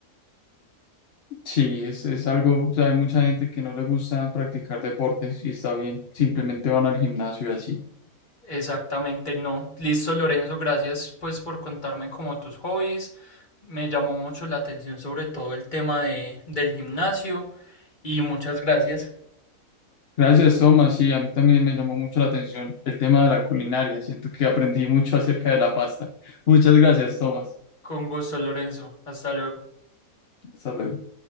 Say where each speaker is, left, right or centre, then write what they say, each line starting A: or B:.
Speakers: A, on the left (about 50°); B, on the left (about 30°).
A: Sí, es, es algo, o sea, hay mucha gente que no le gusta practicar deportes y está bien, simplemente van al gimnasio y así.
B: Exactamente no. Listo, Lorenzo, gracias pues por contarme como tus hobbies. Me llamó mucho la atención sobre todo el tema de, del gimnasio y muchas gracias.
A: Gracias, Tomás. Sí, a mí también me llamó mucho la atención el tema de la culinaria. Siento que aprendí mucho acerca de la pasta. Muchas gracias, Tomás.
B: Con gusto, Lorenzo. Hasta luego.
A: Hasta luego.